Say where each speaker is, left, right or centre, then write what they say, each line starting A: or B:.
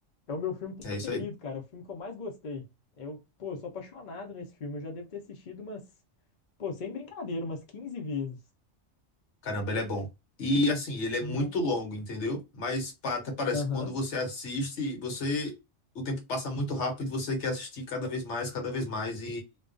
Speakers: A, on the left; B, on the left.
A: É o meu filme
B: É isso
A: preferido,
B: aí.
A: cara. É o filme que eu mais gostei. Eu, pô, eu sou apaixonado nesse filme. Eu já devo ter assistido umas. Pô, sem brincadeira, umas 15 vezes.
B: Caramba, ele é bom. E assim, ele é muito
A: No...
B: longo, entendeu? Mas pa- até parece
A: Aham.
B: que quando você assiste, você o tempo passa muito rápido, e você quer assistir cada vez mais, cada vez mais